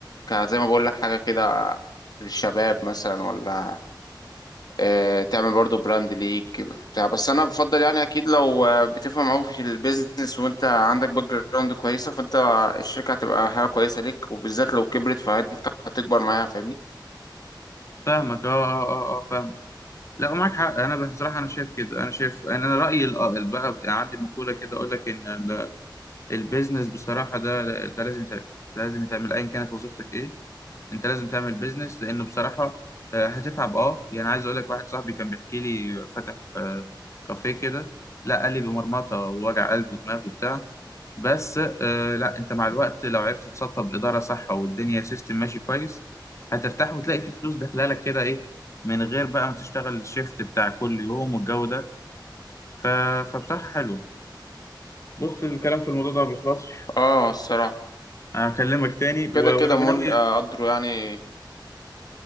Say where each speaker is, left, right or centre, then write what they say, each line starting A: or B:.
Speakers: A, on the left; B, on the left.
A: كزي ما بقول لك حاجة كده للشباب مثلا ولا آه، تعمل برضو براند ليك بتاع بس انا بفضل يعني اكيد لو آه، بتفهم قوي في البيزنس وانت عندك باك جراوند كويسة فانت الشركة هتبقى حاجة كويسة ليك وبالذات لو كبرت فانت هتكبر معاها فاهمني
B: فاهمك اه اه اه, آه فاهمك لا معاك حق انا بصراحه انا شايف كده انا شايف انا أنا رايي ال- آه، ال- بقى يعني عندي مقوله كده اقول لك ان ال- البيزنس بصراحه ده ده لازم يتعمل ده لازم يتعمل ايا كانت وظيفتك ايه انت لازم تعمل بيزنس لان بصراحه آه، هتتعب اه يعني عايز اقول لك واحد صاحبي كان بيحكي لي فاتح آه، كافيه كده لا قال لي بمرمطه ووجع قلب ودماغ وبتاع بس آه، لا انت مع الوقت لو عرفت تسطب اداره صح والدنيا سيستم ماشي كويس هترتاح وتلاقي في فلوس داخله لك كده ايه من غير بقى ما تشتغل الشيفت بتاع كل يوم والجو ده ف... فبصراحه حلو بص الكلام في الموضوع ده ما بيخلصش
A: اه الصراحة
B: هكلمك تاني
A: كده
B: و-
A: كده
B: ولو
A: من
B: ناوي
A: آه، قدروا يعني